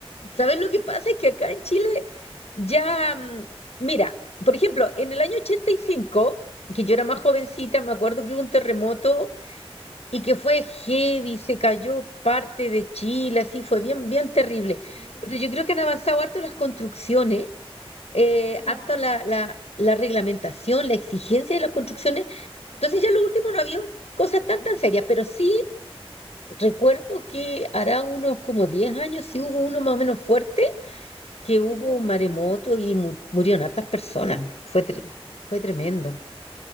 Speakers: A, on the left; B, on the right.
A: ¿Sabes lo que pasa? Es que acá en Chile ya, mm, mira, por ejemplo, en el año 85 que yo era más
B: Mm.
A: jovencita, me acuerdo que hubo un terremoto y que fue heavy, se cayó parte de Chile, así fue bien, bien terrible.
B: ¿Ah, sí?
A: Pero yo creo que han avanzado harto las construcciones, eh,
B: Ya.
A: harto la, la, la reglamentación, la exigencia de las
B: Ya.
A: construcciones. Entonces ya en lo último no había cosas tan tan serias, pero sí recuerdo que hará unos como 10 años sí hubo uno más o menos fuerte que hubo
B: En Concepción.
A: un maremoto y mu- murieron hartas personas.
B: Ah, no.
A: Fue, tre- fue tremendo.
B: Ah.